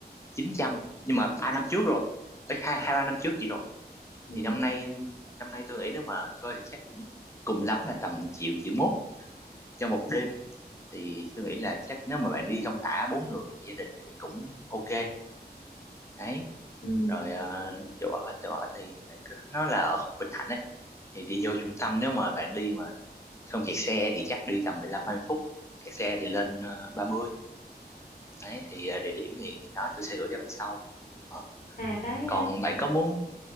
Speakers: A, on the left; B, on the left.
A: 900 nhưng mà ba năm trước rồi Ê, hai hai ba năm trước gì rồi
B: ừ.
A: thì năm nay năm nay tôi nghĩ nếu mà thuê thì chắc cũng cùng lắm là tầm triệu triệu mốt cho một đêm thì tôi nghĩ là chắc nếu mà bạn đi thong thả bốn người gia đình thì cũng ok đấy
B: Ừ.
A: rồi ờ, chỗ ở chỗ ở thì bạn cứ nó là ở khúc Bình Thạnh ấy thì đi vô trung tâm nếu mà bạn đi mà không kẹt xe thì chắc đi tầm mười lăm hai mươi phút kẹt xe thì lên ờ, ba mươi đấy thì ờ, địa điểm thì đó tôi sẽ gửi cho bạn sau Ờ.
B: là cái
A: còn
B: à,
A: bạn có muốn